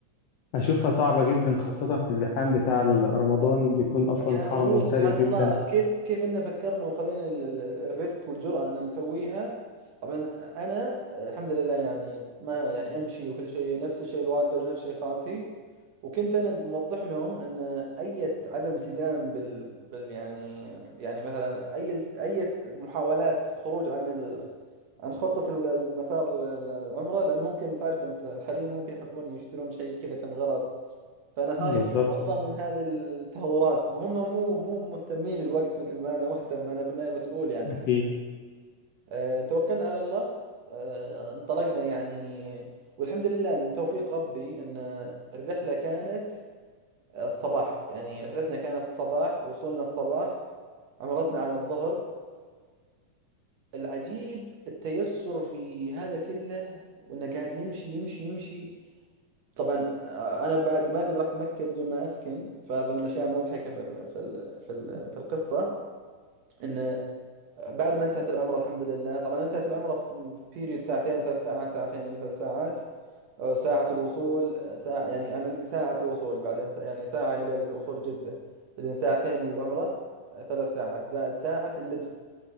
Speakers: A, on the left; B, on the right.
A: أشوفها صعبة جدا خاصة في الزحام بتاع ال- رمضان بيكون أصلا
B: يعني
A: حرم
B: هو
A: ممتلئ
B: سبحان
A: جدا
B: الله كيف كيف إنه فكرنا وخذينا ال- ال- الريسك والجرأة إن نسويها طبعا أنا الحمد لله يعني ما يعني أمشي وكل شيء نفس الشيء الوالدة ونفس الشيء خالتي وكنت أنا موضح لهم أن أي عدم التزام بال, بال يعني يعني مثلا أي أي محاولات خروج عن عن خطة ال- المسار ال- ال- العمرة لأنه ممكن تعرف أنت الحريم ممكن يحبون يشترون شيء كذا كم غرض فأنا خايف
A: بالظبط
B: مرة
A: آه،
B: من هذه التهورات وهم مو مو مهتمين للوقت مثل ما أنا مهتم أنا في النهاية مسؤول يعني
A: أكيد
B: في الوقت. أه توكلنا على الله أه انطلقنا يعني والحمد لله من توفيق ربي أن الرحلة كانت الصباح يعني رحلتنا كانت الصباح وصولنا الصباح عمرتنا على الظهر العجيب التيسر في هذا كله وانه قاعد يمشي يمشي يمشي طبعا آه، انا بعد ما قد رحت مكة بدون ما اسكن فهذا من الاشياء المضحكة في ال في ال في ال في القصة انه بعد ما انتهت العمرة الحمد لله طبعا انتهت العمرة في بيريود ساعتين ثلاث ساعات ساعتين إلى ثلاث ساعات أو ساعة الوصول أه، ساعة يعني أنا عندك ساعة الوصول بعدين ساعة يعني ساعة إلى الوصول جدة بعدين ساعتين للعمرة أه، ثلاث ساعات زائد ساعة اللبس